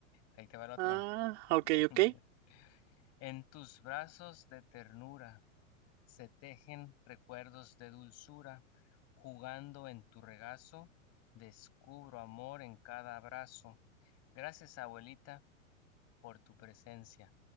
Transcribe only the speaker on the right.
Ah, ok,
ok.